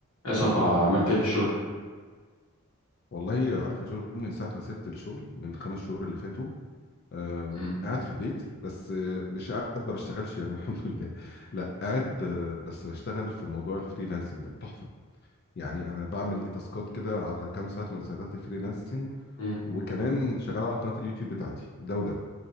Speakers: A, on the left; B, on the left.
A: يا صفا عملت ايه في الشغل
B: والله عارف يا جو من ساعة ما سبت الشغل من خمس شهور اللي فاتوا آه
A: مم.
B: قاعد في البيت بس آه مش قاعد ما بشتغلش يعني <laughs> الحمد لله لا قاعد آه بس بشتغل في موضوع الفريلانسنج ده تحفة يعني أنا بعمل تاسكات كده على كام سايت من سايتات الفريلانسنج
A: مم.
B: وكمان شغال على قناة اليوتيوب بتاعتي ده وده